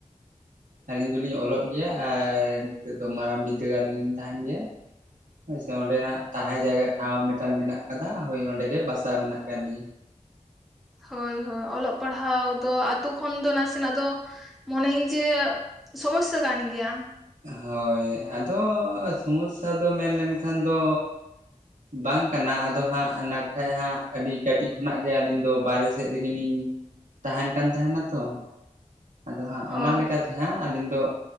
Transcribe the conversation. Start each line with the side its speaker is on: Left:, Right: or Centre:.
Right: ᱟᱹᱞᱤᱧ ᱫᱚᱞᱤᱧ ᱚᱞᱚᱜ ᱜᱮᱭᱟ, ᱟᱨ ᱱᱤᱛᱚᱜ ᱫᱚ ᱢᱟᱨᱟᱝ ᱵᱤᱫᱽᱫᱟᱹᱜᱟᱲ ᱨᱮᱞᱤᱧ ᱛᱟᱦᱮᱱ ᱜᱮᱭᱟ᱾ ᱟᱪᱪᱷᱟ ᱚᱸᱰᱮᱱᱟᱜ ᱛᱟᱦᱮᱸ ᱡᱟᱭᱜᱟ ᱴᱷᱟᱶ ᱢᱤᱫᱴᱟᱝ ᱢᱮᱱᱟᱜ ᱟᱠᱟᱫᱟ ᱦᱳᱭ ᱚᱸᱰᱮ ᱜᱮ ᱵᱟᱥᱟ ᱢᱮᱱᱟᱜ ᱟᱠᱟᱫ ᱞᱤᱧᱟ᱾
Centre: ᱦᱳᱭ ᱦᱳᱭ ᱚᱞᱚᱜ ᱯᱟᱲᱦᱟᱣ ᱫᱚ ᱟᱛᱳ ᱠᱷᱚᱱ ᱫᱚ ᱱᱟᱥᱮᱱᱟᱜ ᱫᱚ ᱢᱚᱱᱮ ᱟᱹᱧ ᱡᱮ ᱥᱚᱢᱚᱥᱥᱟ ᱠᱟᱱ ᱜᱮᱭᱟ
Right: ᱦᱳᱭ ᱟᱫᱚ ᱥᱚᱢᱚᱥᱥᱟ ᱫᱚ ᱢᱮᱱᱞᱮᱱ ᱠᱷᱟᱱ ᱫᱚ ᱵᱟᱝ ᱠᱟᱱᱟ ᱟᱫᱚ ᱦᱟᱸᱜ ᱚᱱᱟ ᱱᱟᱠᱷᱟ ᱦᱟᱸᱜ ᱟᱹᱰᱤ ᱠᱟᱹᱴᱤᱡ ᱠᱷᱚᱱᱟᱜ ᱜᱮ ᱟᱹᱞᱤᱧ ᱫᱚ ᱵᱟᱦᱨᱮ ᱥᱮᱫ ᱨᱮᱜ ᱞᱤᱧ ᱛᱟᱦᱮᱱ ᱠᱟᱱ ᱛᱟᱦᱮᱱᱟ ᱛᱚ ᱟᱫᱚ ᱦᱟᱸᱜ ᱚᱱᱟ
Centre: ᱚ
Right: ᱞᱮᱠᱟᱛᱮ ᱦᱟᱸᱜ ᱟᱹᱞᱤᱧ ᱫᱚ